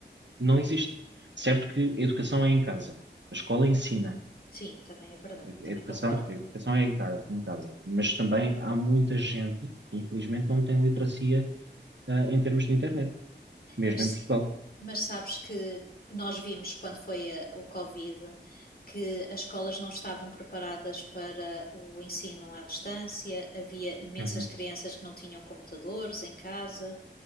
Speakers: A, on the right (about 75°); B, on the left (about 55°).
A: não existe. Certo que educação é em casa, a escola ensina.
B: Sim, também é verdade,
A: Edu-
B: também
A: Educação,
B: concordo.
A: educação é em, car- em casa, mas também há muita gente que infelizmente não tem literacia, ah, em termos de internet, mesmo
B: Mas,
A: em Portugal.
B: mas sabes que nós vimos quando foi a- o Covid que as escolas não estavam preparadas para o ensino à distância, havia imensas
A: Uhum,
B: crianças que não tinham computadores em casa.